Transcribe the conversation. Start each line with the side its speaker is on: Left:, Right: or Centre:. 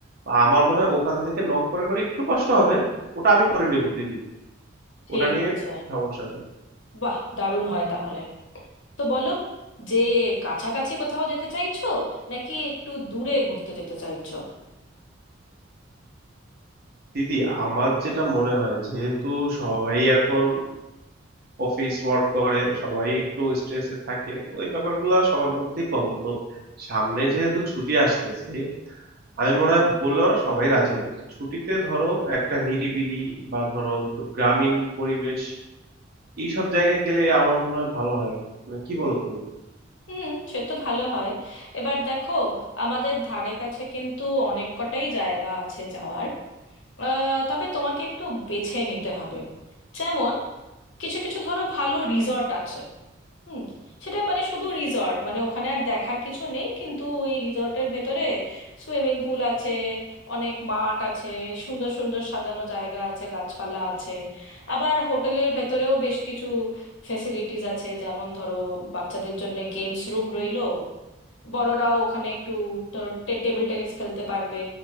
Right: বা আমার মনে হয় ওখান থেকে নক করে করে একটু কষ্ট হবে ওটা আমি করে নিব দিদি
Left: ঠিক
Right: ওটা নিয়ে
Left: আছে
Right: সমস্যা নেই
Left: বাহ দারুণ হয় তাহলে তো বলো যে কাছাকাছি কোথাও যেতে চাইছো নাকি একটু দূরে ঘুরতে যেতে চাইছো
Right: দিদি আমার যেটা মনে হয় যেহেতু সবাই এখন অফিস ওয়ার্ক করে সবাই একটু স্ট্রেসে থাকে তো এই ব্যাপারগুলো সবার মধ্যেই কমন তো সামনে যেহেতু ছুটি আসতেছে আমি মনে হয় বললে ওরা সবাই রাজি হবে তো ছুটিতে ধরো একটা নিরিবিলি বা ধরো একটু গ্রামীণ পরিবেশ এইসব জায়গায় গেলে আমার মনে হয় ভালো হয় মানে কি বলো তুমি
Left: হুম সে তো ভালো হয় এবার দেখো আমাদের ধারে কাছে কিন্তু অনেক কটাই জায়গা আছে যাওয়ার আহ, তবে তোমাকে একটু বেছে নিতে হবে যেমন কিছু কিছু ধরো ভালো রিসর্ট আছে হুম সেটা মানে শুধু রিসর্ট মানে ওখানে আর দেখার কিছু নেই কিন্তু ওই রিসর্টের ভেতরে সুইমিং পুল আছে অনেক মাঠ আছে সুন্দর সুন্দর সাজানো জায়গা আছে গাছপালা আছে আবার হোটেলের ভেতরেও বেশ কিছু ফেসিলিটিস আছে যেমন ধরো বাচ্চাদের জন্য গেমস রুম রইলো বড়রাও ওখানে একটু ধরো টে- টেবিল টেনিস খেলতে পারবে